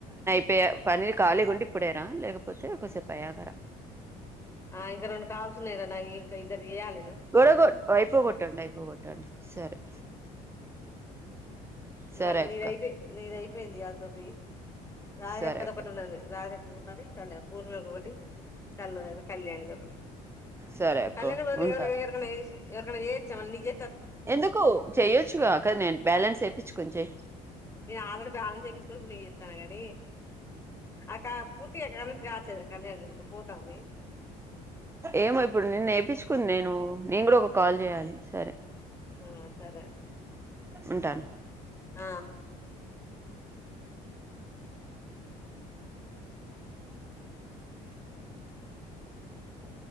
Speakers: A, on the right (about 15°); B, on the left (about 20°).
A: ప పనిరు ఖాళీ ఉండి ఇప్పుడేరా లేకపోతే ఒకసేపు అయాకా రా
B: ఆ ఇంకా రెండు కాల్స్ ఉన్నాయి గా నాయి క ఇద్దరికి చేయాలె
A: కూడా కొ అయిపో కొట్టండి అయిపో కొట్టండి సరే
B: ను
A: సరే
B: నీరై
A: అక్క
B: నరై మంది అజడి రాగకక్కద
A: సరే అక్క
B: ఒకటి ఉన్నది రాగక్క ఉన్నది కళ్యాణ భూమిక్కొటి కళ్ళ కళ్యాణిది ఒకటి
A: సరే అక్క
B: కళ్యాణం బదు
A: ఉంటా
B: ఏ ఏ చే చమల్జ
A: ఎందుకు చెయొచ్చుగా అ కదా నేను బ్యాలెన్స్ వేయించుకొని చే
B: నేను ఆల్రెడ బ్యాలన్స్ వేపించుకున్నాడు నేన చేస్తానా గాని అక్క పూర్తి అ క అన్న కావట్లేదు కళ్యాణ దనికి పోతుంది
A: ఏమో ఇప్పుడు నిన్న ఏపిచ్చుకుంది నేను కూడా ఒక కాల్ చేయాలి సరే
B: ఆ సరే
A: ఉంటాను
B: ఆ
A: ఒ